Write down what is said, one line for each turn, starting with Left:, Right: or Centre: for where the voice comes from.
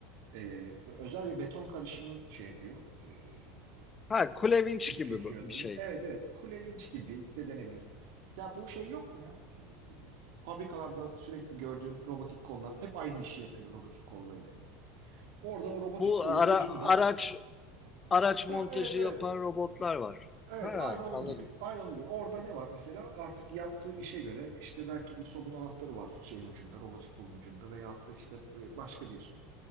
Right: Ee, özel bir beton karışımı şey yapıyor. ee,
Left: Ha Kulevinç
Right: püskürtüyor
Left: gibi bir
Right: diyeyim.
Left: şey.
Right: Evet evet kule vinç gibi de denebilir. Ya bu şey yok mu ya? Şey, Fabrikalarda sürekli gördüğün robotik kollar hep aynı işi yapıyor robotik kol böyle. Orada o robotik
Left: Bu
Right: kolun
Left: ara,
Right: ucunda
Left: araç araç
Right: ha
Left: montajı
Right: evet evet
Left: yapan robotlar var.
Right: Evet,
Left: Ha
Right: aynı onun
Left: anladım.
Right: gibi. Aynı onun gibi. Orada ne var mesela? Artık yaptığı işe göre işte belki bir sobun anahtarı var şeyin ucunda, robotik kolun ucunda veyahut da işte e, başka bir